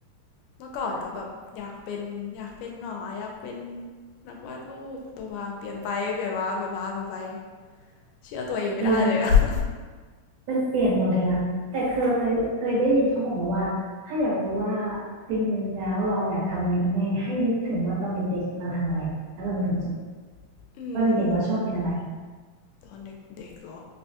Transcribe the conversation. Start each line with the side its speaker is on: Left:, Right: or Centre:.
Left: เมื่อก่อนก็แบบอยากเป็นอยากเป็นหนออยากเป็นนักวาดรูปตัวมาเปลี่ยนไปเปลี่ยนมาเปลี่ยนมาเปลี่ยนไปเชื่อตัวเองไม่ได้เลย
Right: เออ
Left: <laughs> อ
Right: มันเปลี่ยนหมดเลยนะแต่เคยเคยได้ยินเขาบอกมาว่าถ้าอยากรู้ว่า
Left: ืม
Right: จริงๆแล้วเราอยากทำอะไรกันแน่ให้นึกถึงว่าตอนเด็กๆเราทำอะไรแล้วเรามีความสุข
Left: อืม
Right: ตอนเด็กๆเราชอบเป็นอะไร
Left: ตอนเด็กๆเหรอ